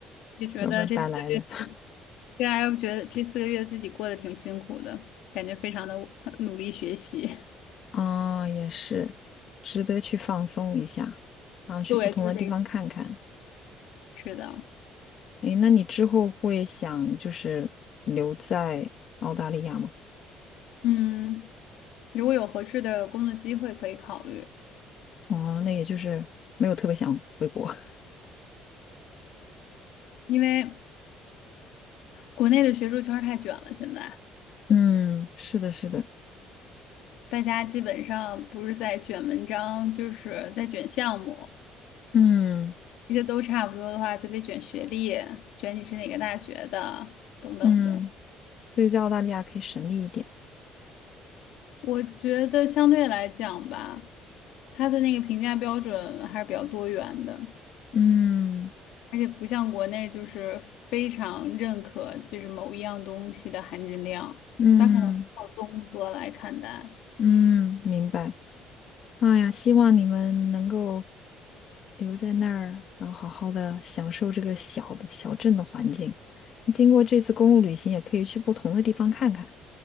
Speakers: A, on the left; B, on the left.
A: 也觉得这四个月。
B: 要不然白来了。
A: 对啊，我觉得这四个月自己过得挺辛苦的，感觉非常的努力学习。
B: 啊，也是，值得去放松一下，
A: <laughs>
B: 然后去不同的地方看看。
A: 对，就是这个。是的，
B: 诶，那你之后会想就是留在澳大利亚吗？
A: 嗯，如果有合适的工作机会可以考虑，
B: 哦，那也就是没有特别想回国。<laughs>
A: 因为国内的学术圈儿太卷了，现在
B: 嗯，是的，是的，
A: 大家基本上不是在卷文章，就是在卷项目，
B: 嗯
A: 这些都差不多的话，就得卷学历，卷你是哪个大学的，等等的。
B: 嗯，所以在澳大利亚可以省力一点。
A: 我觉得相对来讲吧，他的那个评价标准还是比较多元的。
B: 嗯
A: 而且不像国内就是非常认可就是某一样东西的含金量，
B: 嗯
A: 它可能要综合来看待。
B: 嗯，明白。哎呀，希望你们能够留在那儿，然后好好的享受这个小的小镇的环境。经过这次公路旅行，也可以去不同的地方看看，